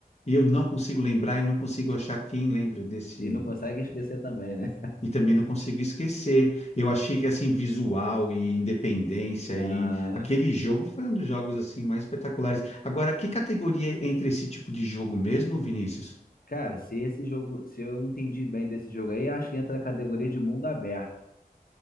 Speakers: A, on the left (about 40°); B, on the left (about 65°).
A: E eu não consigo lembrar e não consigo achar quem lembre desse.
B: E não consegue esquecer também, né?
A: E também não consigo esquecer. Eu achei que assim visual e independência
B: Aham.
A: e aquele jogo foi um dos jogos assim mais espetaculares. Agora, que categoria entra esse tipo de jogo mesmo, Vinícius?
B: Cara, se esse jogo, se eu entendi bem desse jogo aí, acho que entra na categoria de mundo aberto,